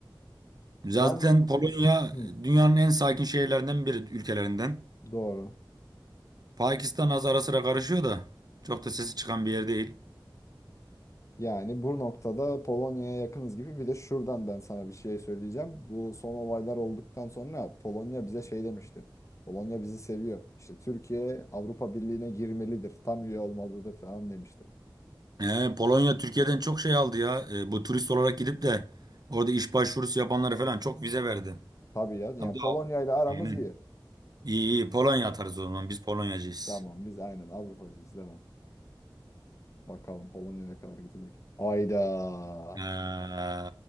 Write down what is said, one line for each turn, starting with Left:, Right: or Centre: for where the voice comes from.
Right: Zaten
Left: Ben <clears throat>
Right: Polonya
Left: Hı,
Right: dünyanın en sakin şehirlerinden biri ülkelerinden.
Left: doğru.
Right: Pakistan az ara sıra karışıyor da çok da sesi çıkan bir yer değil.
Left: Yani bu noktada Polonya'ya yakınız gibi bir de şuradan ben sana bir şey söyleyeceğim. Bu son olaylar olduktan sonra Polonya bize şey demişti. Polonya bizi seviyor. İşte Türkiye Avrupa Birliği'ne girmelidir. Tam üye olmalıdır falan demişti.
Right: Ee, Polonya Türkiye'den çok şey aldı ya. Ee, bu turist olarak gidip de orada iş başvurusu yapanlara falan çok vize verdi.
Left: Tabii ya. Yani
Right: Hatta
Left: Polonya ile aramız
Right: aynen.
Left: iyi.
Right: İyi iyi Polonya atarız o zaman. Biz Polonyacıyız.
Left: Tamam biz aynen Avrupacıyız. Tamam. Bakalım Polonya ne kadar gidecek. Ayda.
Right: Ee,